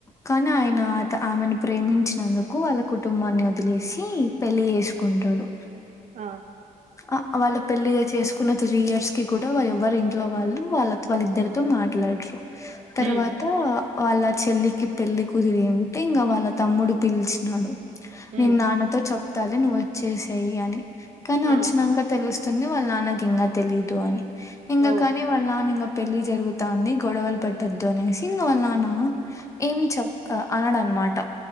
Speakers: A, on the left; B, on the right.
A: కానీ ఆయన ఆమెని ప్రేమించినందుకు వాళ్ళ కుటుంబాన్ని వదిలేసి పెళ్ళ చేసుకుంటాడు
B: ఆ
A: ఆ వాళ్ళ పెళ్ళలి చేసుకున్న త్రీ ఇయర్స్ కి కూడా వాళ్ళ ఎవ్వరి ఇంట్లో వాళ్ళు వాళ్ళ వాళ్ళిద్దరితో మాట మాట్లాడరు తర్వాత
B: ఉమ్
A: వాళ్ళ చెల్లికి పెళ్లి కుదిరింటే ఇంకా వాళ్ళ తమ్ముడు పిలిచినాడు నేను
B: ఉమ్
A: నాన్నతో చె తాలె నువ్ వచ్చేసాయి అని కానీ వచ్చినాక
B: ఆ
A: తెలుస్తుంది వాళ్ళ నాన్నకి ఇంకా తెలీయదు అని ఇంకా
B: ఓ
A: కని వల్ల ఇంకా పెళ్లి జరుగుతంది గొడవలు పెట్టద్దు అనేసి ఇంక వల్లనా ఏమి చెప్ అనడనమాట